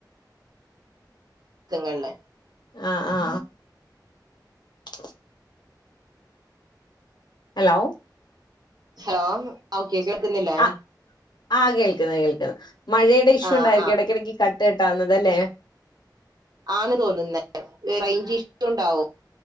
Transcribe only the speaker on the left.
ആഹ ആഹ് <unintelligible> ഹലോ
ആഹ് ആഹ് കേൾക്കുന്നു കേൾക്കുന്നു മഴയുടെ ഇഷ്യൂ
ഉണ്ടായിരിക്കും
ഇടയ്ക്കിടക്ക് കട്ട് കട്ടാവുന്നത് അല്ലേ